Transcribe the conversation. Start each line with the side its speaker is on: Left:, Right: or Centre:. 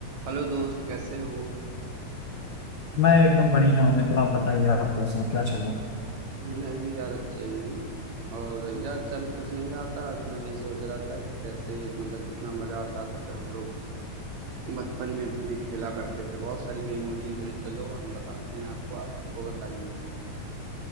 Right: हेलो दोस्त कैसे हो
Left: मैं एकदम बढ़िया हूँ मित्र आप बताइए आप कैसे हैं क्या चल रहा है
Right: मैं भी यार अच्छा ही हूँ और यार चल कुछ नहीं रहा था आज मैं वही सोच रहा था कि कैसे मतलब कितना मजा आता था जब हम लोग बचपन में अपने खेला करते थे बहुत सारी मेमोरीज हैं चलो हम बताते हैं आपको आप हमको बताइए